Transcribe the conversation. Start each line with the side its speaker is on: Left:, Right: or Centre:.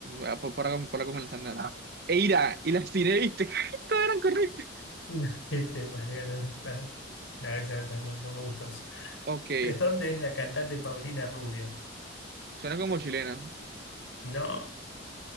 Right: Ah, Por, por, acá- por acá me las han dado. Ah. Eira, y las tiré, ¿viste? <laughs> Todas eran correctas.
Left: No, Este, Mariano, no, no, ya está, no- no me gustó eso.
Right: Ok,
Left: ¿De dónde es la cantante Paulina Rubio?
Right: suena como chilena.
Left: No,